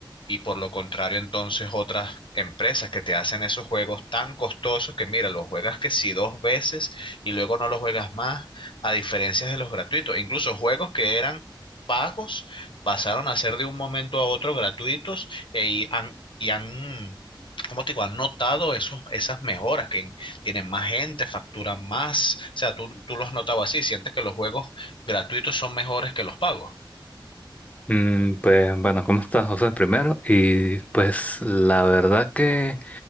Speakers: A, on the left; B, on the left.
A: y por lo contrario, entonces otras empresas que te hacen esos juegos tan costosos que mira, los juegas que si dos veces y luego no los juegas más, a diferencia de los gratuitos. Incluso juegos que eran pagos pasaron a ser de un momento a otro gratuitos e- y han, y han, ¿cómo te digo? Han notado esos, esas mejoras que tienen más gente, facturan más. O sea, tú, tú lo has notado así, sientes que los juegos gratuitos son mejores que los pagos.
B: mm, Pues bueno, ¿cómo estás, José? Primero, y pues la verdad que